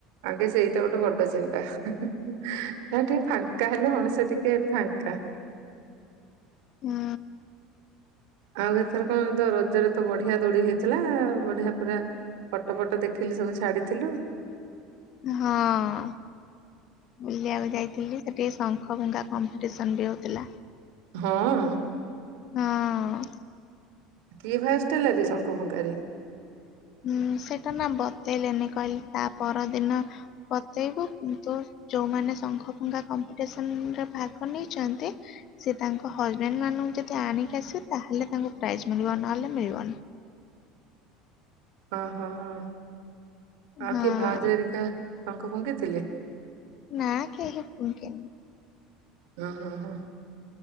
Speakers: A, on the right; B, on the left.
A: ଆଗେ ସେଇଟା ଗୋଟେ ବଡ଼ ଚିନ୍ତା। <unintelligible> ଯାହା ଟିକେ ଫାଙ୍କା ହେଲେ ମଣିଷ ଟିକେ ଫାଙ୍କା।
B: ହୁଁ
A: ଆଉ ଏଥର କଣ ତ ରଜରେ ତ ବଢ଼ିଆ ଦୋଳି ହେଇଥିଲା ବଢ଼ିଆ ପୁରା ଫଟୋ <inaudible> ଫଟ ଦେଖିଲି ସବୁ ଛାଡିଥିଲୁ
B: ହଁ ବୁଲିବାକୁ ଯାଇଥିଲି ସେଠି ଶଙ୍ଖ ଭଙ୍ଗା କମ୍ପିଟିସନ୍ ବି ହଉଥିଲା।
A: ହଁ
B: ହଁ <unintelligible>
A: କିଏ ଫାର୍ଷ୍ଟ ହେଲା ବେ ଶଙ୍ଖ ଫୁଙ୍କାରେ
B: ଉଁ ସେଇଟା ନା ବତେଇଲେନି କହିଲେ ତା ପରଦିନ ବତେଇବୁ। କିନ୍ତୁ ଯୋଉମାନେ ଶଙ୍ଖ ଫୁଙ୍କା କମ୍ପିଟିସନ୍ ରେ ଭାଗ ନେଇଛନ୍ତି? ସେ ତାଙ୍କ ହଜ୍ବେଣ୍ଡ <unintelligible> ମାନଙ୍କୁ ଯଦି ଆଣିକି ଆସିବେ ତାହେଲେ ତାଙ୍କୁ ପ୍ରାଇଜ୍ ମିଳିବ ନହେଲେ ମିଳିବନି।
A: ଓହୋ ହ <unintelligible> ଆଉ
B: ହଁ
A: କିଏ ଭାଉଜ ହରିକା ଶଙ୍କ ଫୁଙ୍କିଥିଲେ?
B: ନା କେହି ଫୁଙ୍କି କେନି। <unintelligible>
A: ହଁ ହଁ ହଁଁ